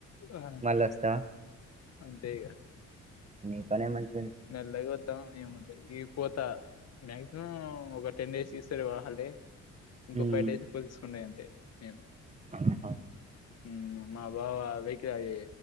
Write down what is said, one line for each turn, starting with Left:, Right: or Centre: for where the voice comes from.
Left: ఆ,
Right: మళ్ళీ వస్తవా?
Left: అంతే ఇగ
Right: నీపనే మంచి
Left: మెల్లగా వద్దాం ఏముంది ఈ పోతా మాక్సిమం ఒక టెన్ డేస్ ఇస్తార్ హాల్డే ఇంకో
Right: హ్మ్
Left: ఫైవ్ డేస్ ఎక్కువ తీసుకుంటా అంతే నేను
Right: ఆహా
Left: ఉమ్ మా బావా వెయ్యికే అయి